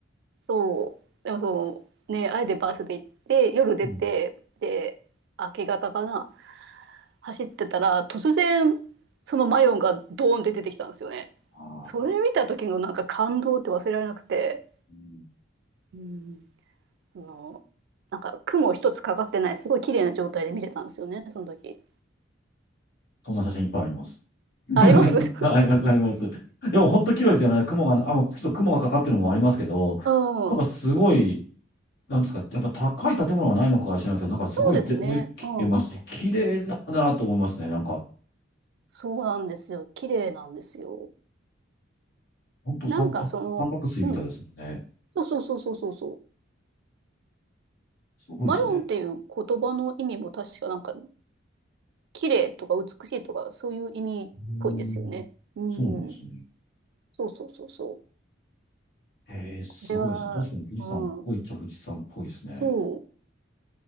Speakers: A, on the right; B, on the left.
A: そう。でもその、ね、あえてバスで行って、夜出て、
B: うん。
A: で、明け方かな、走ってたら、突然、そのマヨンがドーンって出てきたんですよね。
B: ああ。
A: それ見た時のなんか感動って忘れられなくて、
B: うん
A: うんあの、なんか雲一つかかってない、すごい綺麗な状態で見れたんですよね、その時。
B: そんな写真いっぱいあります。<laughs>
A: あ、あります <laughs> うん。
B: あります、あります。でも本当綺麗ですよね。雲が、あ、もうちょっと雲がかかってるのもありますけど、
A: そ
B: なんかすごい、なんですか、やっぱ高い建物はないのかから知らないですけど、なんかすごいで大きく見えますし、
A: うですね。うん。
B: 綺麗な山だなと思いますね。なんか、
A: そうなんですよ。綺麗なんですよ。
B: 本当三角、
A: なんかその、
B: 三角錐みたいですもんね。
A: うん。そうそうそうそうそうそう。
B: すごいですね。
A: マヨンっていう言葉の意味も確かなんか、綺麗とか美しいとか、そういう意味っぽいんですよね。
B: うーん。
A: うん。
B: そうなんですね。
A: そうそうそうそう。
B: へえ、すごいですね。
A: これは、
B: 確かに富士山っぽいっちゃ富士山っぽいですね。
A: うん。そう。